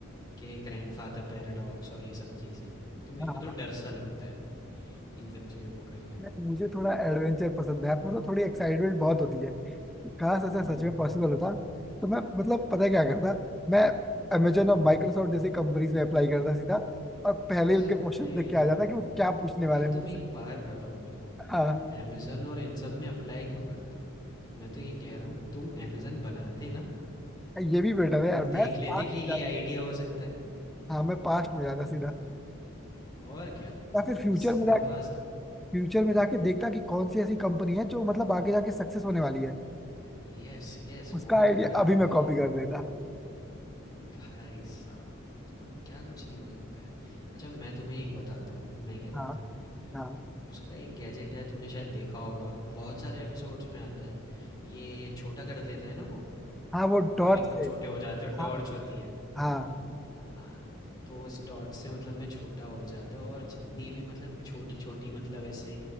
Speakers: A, on the left; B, in the centre.
A: कि ग्रैंडफादर पैराडॉक्स और ये सब चीज़ें, तो मेरे
B: हाँ
A: को तो डर सा लगता है इन सब चीज़ों को करने में।
B: मुझे थोड़ा एडवेंचर पसंद है आप मतलब थोड़ी एक्साइटमेंट बहुत होती है काश ऐसा
A: हुँ,
B: सच में
A: हुँ,
B: पॉसिबल
A: हुँ।
B: होता तो मैं मतलब पता है क्या करता मैं अमेजन
A: हुँ।
B: और माइक्रोसॉफ्ट जैसी कंपनीज में अप्लाई करता सीधा और पहले
A: भाई,
B: ही उनके क्वेश्चन देख के आ जाता कि वो क्या पूछने
A: भाई
B: वाले हैं
A: तुम
B: मुझसे
A: एक बात बताओ मेरे को,
B: हाँ
A: तुम अमेज़न और इन सब में अप्लाई क्यों करते? मैं तो ये कह रहा हूँ तुम अमेज़न बनाते ना,
B: ये भी बेटर है यार
A: तुम
B: मैं
A: देख
B: पास्ट
A: लेते
B: में
A: कि ये
B: जाता
A: आइडिया हो सकता है,
B: हाँ मैं पास्ट में जाता
A: हैं?
B: सीधा
A: और क्या?
B: या फिर फ्यूचर
A: तुम सीधा
B: में जाके
A: पास
B: फ्यूचर में जाके देखता कि कौन सी ऐसी कंपनी है जो मतलब आगे जाके सक्सेस होने वाली है
A: यस यस
B: उसका
A: वो
B: आइडिया
A: तुम करते
B: अभी मैं
A: भाई।
B: कॉपी कर लेता
A: भाई साहब कुछ क्या कुछ नहीं हो सकता है। अच्छा मैं तुम्हें एक बताता हूँ मैं क्या करता।
B: हाँ हाँ
A: उम, उसका एक गैजेट है तुमने शायद देखा होगा बहुत सारे एपिसोड्स में आता है ये छोटा कर देता है ना वो
B: हाँ वो टॉर्च
A: आप एकदम
B: से
A: छोटे हो जाते हो टॉर्च
B: हाँ
A: होती है
B: हाँ
A: हाँ तो उस टॉर्च से मतलब मैं छोटा हो जाता हूँ, और जितनी भी मतलब छोटी छोटी मतलब ऐसे